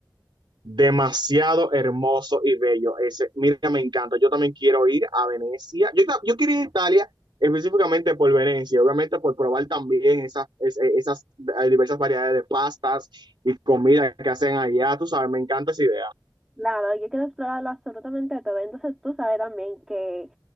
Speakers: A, on the right; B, in the centre.
A: demasiado hermoso y bello. Ese, mira, me encanta. Yo también quiero ir a Venecia. Yo, yo quiero ir a Italia específicamente por Venecia, obviamente por probar también esas, es- eh, esas eh, diversas variedades de pastas y comida que hacen allá. Tú sabes, me encanta esa idea.
B: Claro, yo quiero explorarlo absolutamente todo. Entonces tú sabes también que